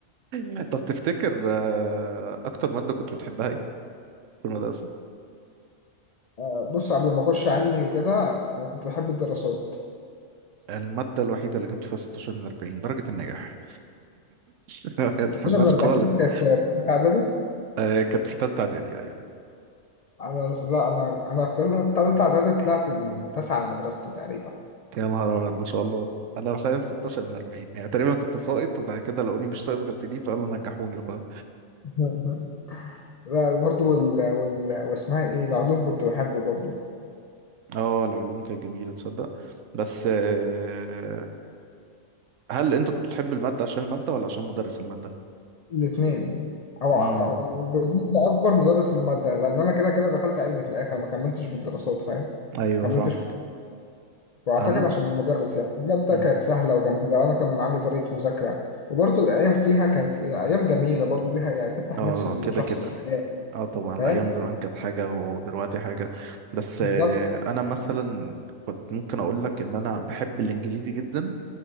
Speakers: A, on the right (about 75°); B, on the left (about 65°).
A: <laughs> طب تفتكر آه، أكتر مادة كنت بتحبها إيه في المدرسة؟
B: آه، بص قبل ما اخش علمي وكده انا كنت بحب الدراسات
A: المادة الوحيدة اللي جبت فيها 16 من 40 درجة النجاح <laughs> ما بتحبهاش
B: خصوصا من 40
A: خالص
B: دي كانت في تالتة اعدادي
A: آه، كانت في تالتة إعدادي أيوة
B: انا لا انا انا في تالتة تالتة اعدادي طلعت التاسعة على مدرستي تقريبا
A: يا نهار ابيض ما شاء الله انا فاهم 16 من 40 يعني تقريبا كنت ساقط وبعد كده لقوني مش ساقط غير في دي فقالوا نجحوني وخلاص
B: <laughs> لا برضو وال... وال... واسمها ايه العلوم كنت بحبه برضو
A: اه العلوم كانت جميله تصدق بس آه، هل انت كنت بتحب الماده عشان الماده ولا عشان مدرس الماده
B: الاثنين او
A: امم
B: او بالنسبه اكبر مدرس الماده لان انا كده كده دخلت علمي في الاخر ما كملتش بالدراسات فاهم
A: ايوه
B: كملتش
A: فاهمك
B: واعتقد
A: انا ممكن
B: عشان المدرس يعني الماده
A: مم.
B: كانت سهله وجميله وانا كان عندي طريقه مذاكره وبرضه الايام فيها كانت ايام جميله برضه ليها يعني تفتح
A: اه
B: نفس الشخص
A: كده كده
B: للحياه
A: اه طبعا
B: فاهم
A: الايام زمان كانت حاجه ودلوقتي حاجه بس
B: بالظبط
A: آه، انا مثلا كنت ممكن اقول لك ان انا بحب الانجليزي جدا